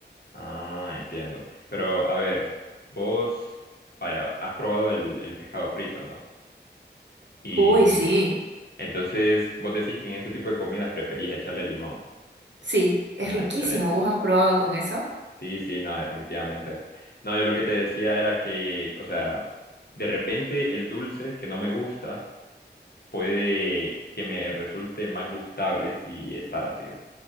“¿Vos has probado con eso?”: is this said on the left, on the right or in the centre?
Right